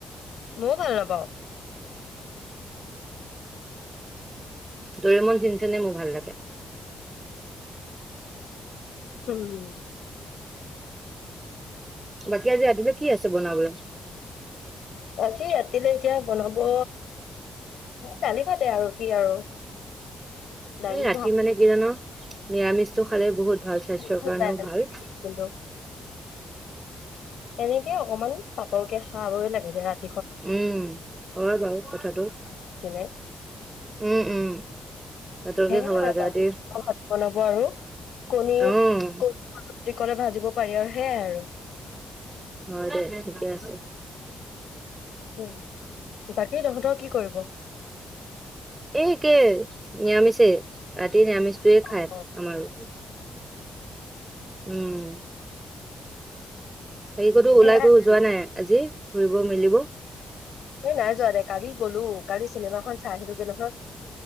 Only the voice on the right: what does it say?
ড'ৰেমন, চিন ছেনে মোৰ ভাল লাগে।
বাকী আজি ৰাতিলৈ কি আছে বনাবলৈ?
এই ৰাতি
মানে কি জান, নিৰামিষটো খালে বহুত ভাল, স্বাস্থ্যৰ
কাৰণেও
ভাল।
উম, হয় বাৰু কথাটো,
উম উম। পাতলকে
খাব
লাগে ৰাতি
অ',
হয় দে, ঠিকেই আছে।
এই একেই, নিৰামিষেই, ৰাতি নিৰামিষটোৱে খায়
আমাৰো। উম। বাকী ক'তো
ওলাই কৰি যোৱা নাই, আজি ঘুৰিব মেলিব?